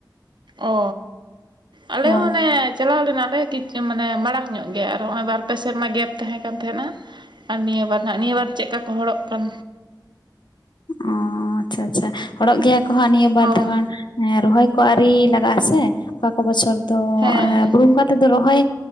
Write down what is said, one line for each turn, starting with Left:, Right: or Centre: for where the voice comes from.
Right: ᱚ ᱟᱞᱮ
Left: ᱦᱳᱭ
Right: ᱦᱚᱸ ᱚᱱᱮ, ᱪᱟᱞᱟᱣ ᱞᱮᱱᱟᱞᱮ ᱠᱤᱪᱩ ᱢᱟᱱᱮ ᱢᱟᱲᱟᱝ ᱧᱚᱜ ᱜᱮ ᱟᱨ ᱦᱚᱸᱜᱼᱚᱭ ᱵᱟᱨ ᱯᱮ ᱥᱮᱨᱢᱟ ᱜᱮᱯ ᱛᱟᱦᱮᱸ ᱠᱟᱱ ᱛᱟᱦᱮᱱᱟ᱾ ᱟᱨ ᱱᱤᱭᱟᱹ ᱵᱟᱨ ᱱᱟᱦᱟᱜ ᱱᱤᱭᱟᱹ ᱵᱟᱨ ᱪᱮᱫᱠᱟ ᱠᱚ ᱦᱚᱲᱚᱜ ᱠᱟᱱ,
Left: ᱚᱸ ᱟᱪᱪᱷᱟ ᱟᱪᱪᱷᱟ ᱦᱚᱲᱚᱜ ᱜᱮᱭᱟ ᱠᱚ ᱦᱟᱸᱜ ᱱᱤᱭᱟᱹ ᱵᱟᱨ
Right: ᱦᱳᱭ
Left: ᱫᱷᱚ ᱜᱟᱱ᱾ ᱦᱮᱸ ᱨᱚᱦᱚᱭ ᱠᱚ ᱟᱹᱨᱤ ᱞᱟᱜᱟᱜ ᱟᱥᱮ ᱚᱠᱟ ᱠᱚ ᱵᱚᱪᱷᱚᱨ ᱫᱚ
Right: ᱦᱮᱸ ᱦᱮᱸ
Left: ᱵᱩᱨᱩ ᱵᱚᱝᱜᱟ, ᱛᱮᱫ ᱫᱚ ᱨᱚᱦᱚᱭ